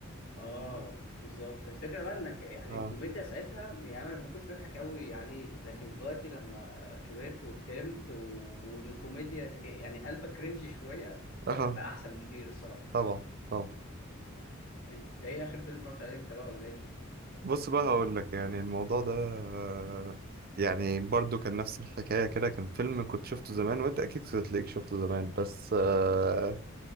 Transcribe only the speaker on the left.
اه بالظبط الفكره بقى انك يعني
الكوميديا ساعتها يعني أنا ما كنتش بضحك قوي عليه لكن دلوقتي لما كبرت وفهمت و- والكوميديا يعني قلبك كرنج شويه بقى,
بقى احسن بكتير الصراحه
انت ايه اخر فيلم اتفرجت عليه انت بقى ولا ايه